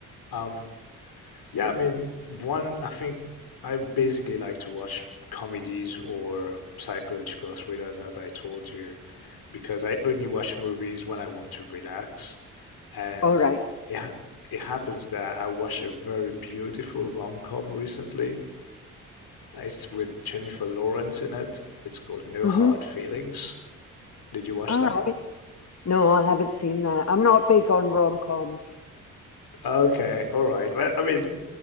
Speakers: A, on the left (about 60°); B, on the left (about 40°).
A: Um, Yeah, I mean, one, I think I basically like to watch comedies or psychological thrillers, as I told you, because I only watch movies when I want to relax. And
B: All right.
A: it, ha- it happens that I watched a very beautiful rom-com recently. It's with Jennifer Lawrence in it. It's called No
B: Mm-hmm.
A: Hard Feelings. Did you watch
B: All
A: that?
B: right. No, I haven't seen that. I'm not big on rom-coms.
A: Okay, all right. Well, I mean,